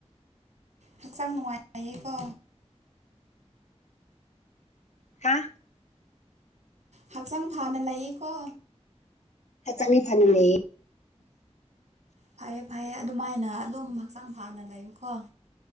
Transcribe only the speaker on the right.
ꯍꯛꯆꯥꯡ ꯅꯨꯡꯉꯥꯏꯌꯦꯀꯣ
ꯍꯛꯆꯥꯡ ꯐꯅ ꯂꯩꯌꯦꯀꯣ
ꯐꯩꯌꯦ ꯐꯩꯌꯦ ꯑꯗꯨꯃꯥꯏꯅ ꯑꯗꯨꯝ ꯍꯛꯆꯥꯡ ꯐꯅ ꯂꯩꯌꯨꯀꯣ